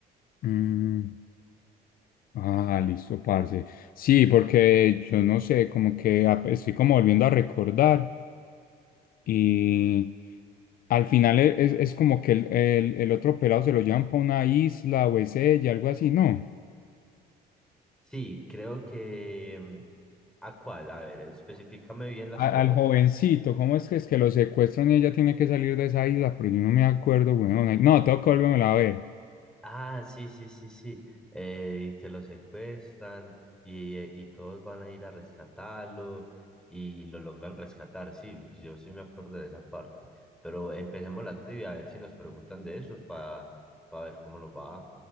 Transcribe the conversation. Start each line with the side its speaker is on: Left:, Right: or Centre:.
Left: Mm. Ah, listo, parce. Sí, porque yo no sé, como que ap- estoy como volviendo a recordar y al final e- es, es como que el, el- el otro pelado se lo llevan para una isla o es ella, algo así, ¿no?
Centre: Sí, creo que... mm, ¿A cuál? A ver, especificame bien las
Left: A-
Centre: cosas.
Left: al jovencito, ¿cómo es que es que lo secuestran y ella tiene que salir de esa isla? Pero yo no me acuerdo, weón. No, tengo que volvérmela a ver.
Centre: Ah, sí, sí, sí, sí. Eh, que lo secuestran y, eh, y todos van a ir a rescatarlo y lo logran rescatar. Sí, yo sí me acuerdo de esa parte. Pero empecemos la trivia a ver si nos preguntan de esos para ver cómo nos va.